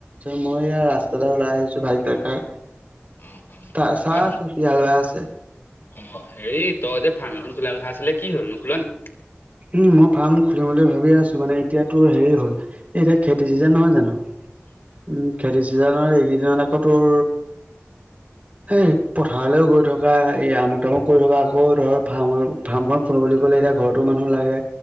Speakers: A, on the right; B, on the left.
A: মই ইয়া ৰাস্তা এটা ওলাই আহিছো ভালিটা-
B: অ', অ'।
A: চাহ চাহ
B: অ',
A: চুখি হাল বে আছে।
B: অ হেৰি তই যে ফাৰ্ম এখন খোলা কথা আছিলে কি হল নোখোলা নেকি?
A: উম মই ফাৰ্ম খুলিম বুলি ভাবি আছো মানে এতিয়াাতোৰ হেৰি হ'ল এতিয়া খেতি চিজন নহয় জানো উম খেতি চিজান ন এইকেইদিনত আকৌ তোৰ সেই পথাৰলৈও গৈ থকা এই আমুক তামুক কৰি থকা আকৌ ধৰ ফাৰ্ম ফাৰ্মখন খ বুলি ক'লে এতিয়া ঘৰৰতো মানুহ লাগে।